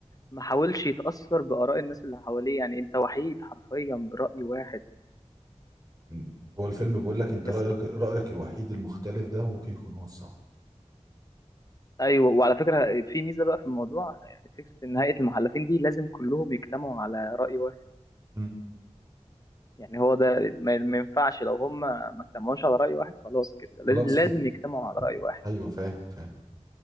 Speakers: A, on the left (about 30°); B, on the right (about 30°).
A: ما حاولش يتأثر بآراء الناس اللي حواليه يعني انت وحيد حرفيا برأي واحد
B: م. هو الفيلم بيقول لك انت
A: بس
B: رأيك رأيك الوحيد المختلف ده هو ممكن يكون هو الصح
A: ايوه وعلى فكرة في ميزة بقى في الموضوع فكرة ان هيئة المحلفين دي لازم كلهم يجتمعوا على رأي واحد
B: م.
A: يعني هو ده ما ما ينفعش لو هم ما اجتمعوش على رأي واحد خلاص كده لازم
B: خلاص
A: لازم
B: كده
A: يجتمعوا على رأي واحد
B: ايوه فاهم فاهم